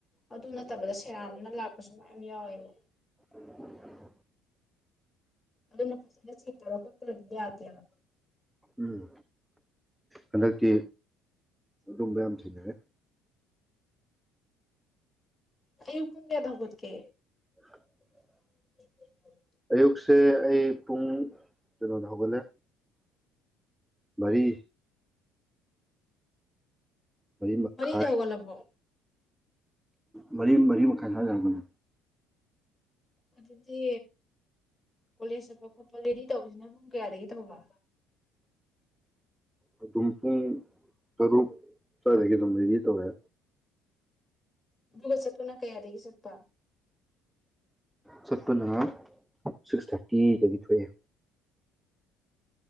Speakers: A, on the left; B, in the centre.
A: ꯑꯗꯨ ꯅꯠꯇꯕꯗ ꯁꯦꯔꯥꯅ ꯂꯥꯛꯄꯁꯨ ꯃꯌꯥꯝ ꯌꯥꯎꯋꯦꯕ
B: <inaudible>
A: ꯑꯗꯨꯅ ꯐꯖꯅ ꯆꯤꯠꯇꯔ ꯀꯛꯇ꯭ꯔꯗꯤ ꯌꯥꯗꯦꯕ
B: ꯎꯝ ꯍꯟꯗꯛꯇꯤ ꯑꯗꯨꯝ ꯃꯌꯥꯝ ꯊꯦꯡꯅꯔꯦ
A: ꯑꯩꯌꯨꯛ ꯄꯨꯡ ꯀꯌꯥꯗ ꯍꯧꯒꯠ ꯀꯦ
B: <inaudible>
A: <inaudible>
B: ꯑꯌꯨꯛꯁꯦ ꯑꯩ ꯄꯨꯡ ꯀꯩꯅꯣꯗ ꯍꯧꯒꯠꯂꯦ ꯃꯔꯤ ꯃꯔꯤ ꯃꯈꯥꯏ
A: ꯃꯔꯤꯗ ꯍꯧꯒꯠ ꯂꯕꯣ
B: ꯃꯔꯤ ꯃꯔꯤ ꯃꯈꯥꯏ ꯁ꯭ꯋꯥꯏꯗ ꯍꯧꯒꯠꯂꯦ
A: ꯑꯗꯨꯗꯤ ꯀꯣꯂꯦꯖ ꯆꯠꯄ ꯈꯣꯠꯄ ꯔꯦꯗꯤ ꯇꯧꯕꯁꯤꯅ ꯄꯨꯡ ꯀꯌꯥꯗꯒꯤ ꯇꯧꯕ
B: ꯑꯗꯨꯝ ꯄꯨꯡ ꯇꯔꯨꯛ ꯁ꯭ꯋꯥꯏꯗꯒꯤ ꯑꯗꯨꯝ ꯔꯦꯗꯤ ꯇꯧꯔꯦ
A: <unintelligible> ꯆꯠꯄꯅ ꯀꯌꯥꯗꯒꯤ ꯆꯠꯄ
B: ꯆꯠꯄꯟ ꯁꯤꯁ ꯊꯥꯔꯇꯤ ꯇꯤꯗꯒꯤ ꯊꯣꯛꯑꯦ